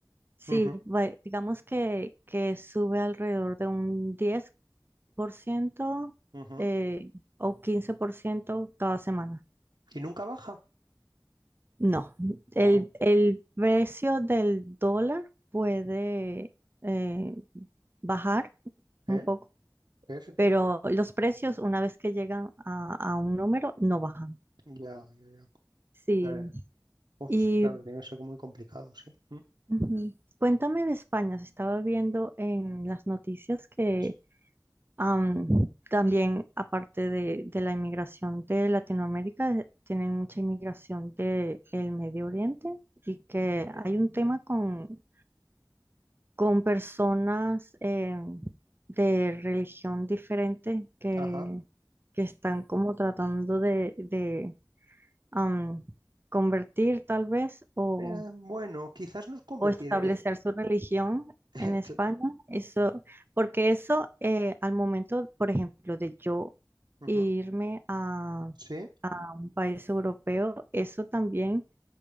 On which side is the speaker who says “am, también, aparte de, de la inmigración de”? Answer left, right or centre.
Right